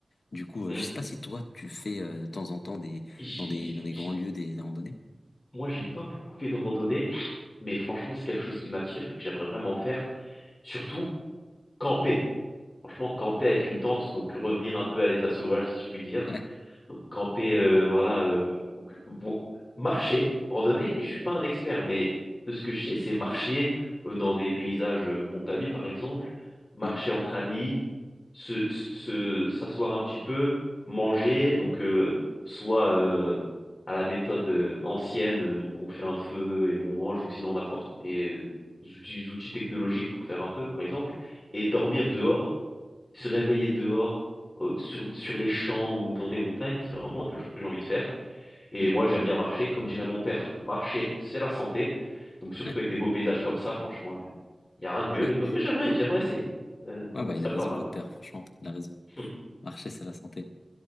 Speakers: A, on the left; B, on the left.
A: Du coup,
B: Hmm.
A: euh, je sais pas si toi tu fais euh, de temps en temps des
B: j'ai-
A: dans des dans des
B: j'ai-
A: grands lieux des, des randonnées.
B: Moi, j'ai pas beaucoup fait de randonnée, mais franchement, c'est quelque chose qui m'attire et que j'aimerais vraiment faire. Surtout, camper. Franchement, camper avec une tente, donc revenir un peu à l'état sauvage, si je puis dire.
A: Ouais.
B: Donc camper, euh, voilà, euh, donc, vo- marcher, randonnée, je suis pas un expert, mais de ce que je sais, c'est marcher euh, dans des paysages euh, montagneux, par exemple, marcher
A: Mm,
B: entre amis, se, se, se- s'asseoir un petit peu, manger, donc euh, soit euh, à la méthode euh, ancienne, euh, donc on fait un feu et on mange, ou sinon on apporte des euh, outils outils technologiques pour faire un feu, par exemple, et dormir dehors se réveiller dehors, euh, sur, sur des champs ou dans des montagnes, c'est vraiment quelque chose que j'ai envie de faire. Et
A: mm.
B: moi, j'aime bien marcher, comme dirait mon père, marcher, c'est la santé. Donc,
A: <laughs>
B: surtout avec des beaux paysages comme ça, franchement, il n'y a rien de mieux.
A: Ouais.
B: Et donc, oui, j'aimerais, j'aimerais essayer. Euh,
A: Ouais, bah,
B: ça serait
A: il a
B: pas
A: raison,
B: mal.
A: votre père, franchement. Il a raison.
B: <laughs>
A: Marcher, c'est la santé.